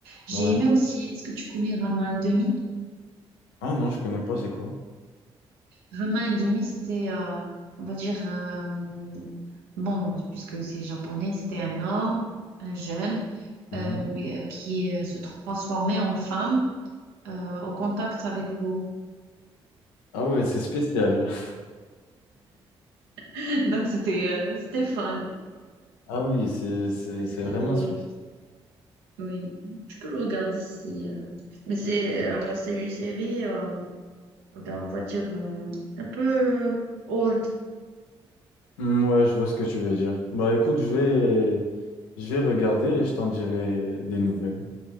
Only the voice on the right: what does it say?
J'ai
aimé aussi, est-ce que tu connais Rama un demi?
Rama un demi, c'était, euh, on va dire, euh, bon, puisque c'est japonais, c'était un homme, un jeune,
euh, mais, euh, qui euh, se transformait en femme euh, au contact avec l'eau.
<laughs> Donc, c'était euh, c'était fun,
c'était
drôle.
Oui, je peux le regarder si. euh, Mais c'est euh, c'est une série, euh, d'un- on va dire, euh, un peu euh, old.